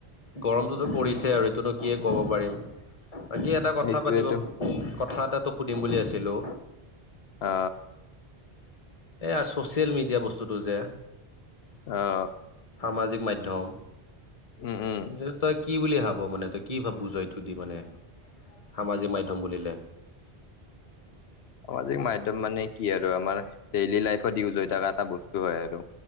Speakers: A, on the left; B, on the left.
A: গৰমটোতো পৰিছে আৰু এইটোনো কিয়ে ক'ব পাৰিম। বাকী এটা কথা
B: এইটোয়েতো
A: পাতিব কথা এটা তোক সুধিম বুলি আছিলোঁ।
B: অ
A: এইয়া ছ'চিয়েল মিডিয়া বস্তুটো যে
B: অ',
A: সামাজিক মাধ্যম
B: উম উম
A: যিহেটো তই কি বুলি ভাব মানে তই কি ভাব বু'জ এইটো দি মানে? সামাজিক মাধ্যম বুলিলে
B: সামাজিক মাধ্যম মানে কি আৰু আমাৰ ডেইলি লাইফত ইউজ হৈ থকা এটা বস্তু হয় আৰু।